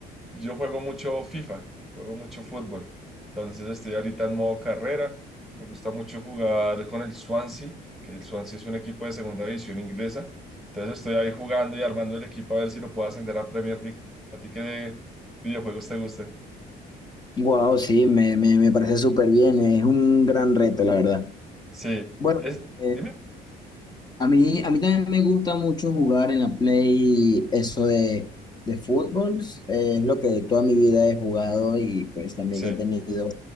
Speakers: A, in the centre; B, on the left.
A: yo juego mucho FIFA, juego mucho fútbol. Entonces, estoy ahorita en modo carrera. Me gusta mucho jugar con el Swansea, que el Swansea es un equipo de segunda división inglesa. Entonces, estoy ahí jugando y armando el equipo a ver si lo puedo ascender a Premier League. ¿A ti qué videojuegos te gustan?
B: Wow, sí, me, me, me parece súper bien. Es un gran reto, la verdad.
A: Sí,
B: Bueno,
A: es,
B: eh,
A: dime.
B: a mí, a mí también me gusta mucho jugar en la Play eso de, de fútbol. eh, es lo que toda mi vida he jugado y pues también
A: Sí.
B: he tenido